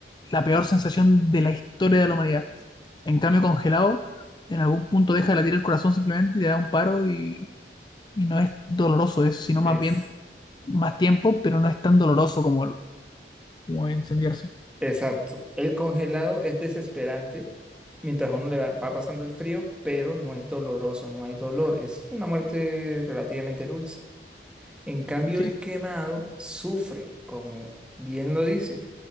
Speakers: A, on the left; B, in the centre.
A: la peor sensación de la historia de la humanidad. En cambio, congelado, en algún punto deja de latir el corazón simplemente y te da un paro y, y no es doloroso, es sino
B: Es-
A: más bien más tiempo, pero no es tan doloroso como, como incendiarse.
B: exacto. El congelado es desesperante mientras uno le va, va pasando el frío, pero no es doloroso, no hay dolor. Es una muerte relativamente dulce. En cambio,
A: Sí,
B: el quemado sufre, como bien lo dice.